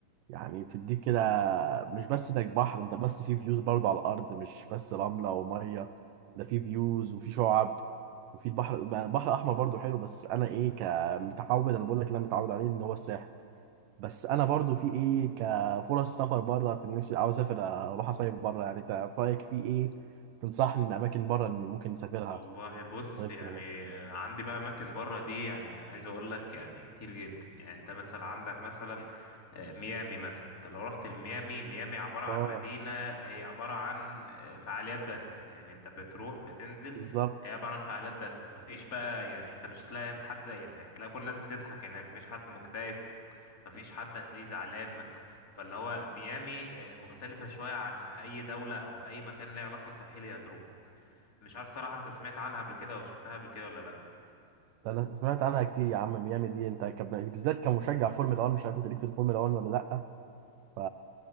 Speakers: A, on the right (about 80°); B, on the left (about 25°).
A: يعني بتديك كده مش بس انك بحر انت بس في فيوز برضو على الأرض مش بس رملة ومية ده في فيوز وفي شعاب وفي البحر البحر الأحمر برضو حلو بس أنا إيه كمتعود أنا بقول لك اللي أنا متعود عليه إن هو الساحل بس أنا برضو في إيه كفرص سفر بره في نفسي عاوز أسافر أروح أصيف بره يعني أنت في رأيك في إيه تنصحني إن أماكن بره إن ممكن نسافرها
B: والله بص
A: طيب
B: يعني أنا عندي بقى اماكن بره دي يعني عايز اقول لك يعني كتير جدا يعني انت مثلا عندك مثلا آه، ميامي مثلا انت لو رحت لميامي ميامي عباره عن
A: آه
B: مدينه هي عباره عن آه، فعاليات بس يعني انت بتروح بتنزل
A: بالظبط
B: هي عباره عن فعاليات بس مفيش بقى يعني انت مش هتلاقي حد يعني هتلاقي كل الناس بتضحك هناك مفيش حد مكتئب مفيش حد هتلاقيه زعلان فاللي هو ميامي آه، مختلفة شوية عن أي دولة أو أي مكان ليه علاقة ساحلية هتروح مش عارف صراحة أنت سمعت عنها قبل كده أو شفتها قبل كده ولا لأ
A: انا سمعت عنها كتير يا عم ميامي دي انت كب... بالذات كمشجع فورمولا 1 مش عارف انت ليك في الفورمولا 1 ولا لا ف